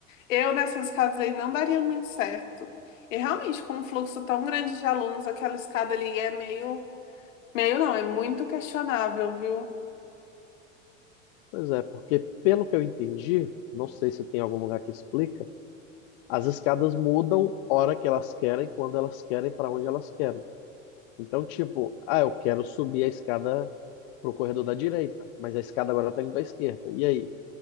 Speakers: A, on the left; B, on the left.
A: eu nessas escadas aí não daria muito certo. E realmente, com um fluxo tão grande de alunos, aquela escada ali é meio, meio não, é muito questionável, viu?
B: Pois é, porque pelo que eu entendi, não sei se tem algum lugar que explica, as escadas mudam hora que elas querem, quando elas querem, para onde elas querem. Então, tipo, ah, eu quero subir a escada pro corredor da direita, mas a escada agora tá indo pra esquerda. E aí?